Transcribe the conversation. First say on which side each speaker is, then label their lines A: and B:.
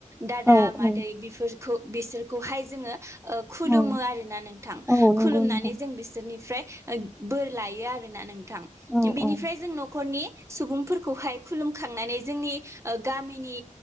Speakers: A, on the right (about 20°); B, in the centre.
A: दादा
B: औ
A: मादै
B: औ
A: बेफोरखौ बिसोरखौहाय जोङो ओ खुलुमो
B: औ
A: आरोना नोंथां
B: औ नंगौ
A: खुलुमनानै
B: नोंथां
A: जों बिसोरनिफ्राय ओ बोर लायो आरोना नोंथां बेनिफ्राय
B: औ औ
A: जों न'खरनि सुबुंफोरखौहाय खुलुमखांनानै जोंनि ओ गामिनि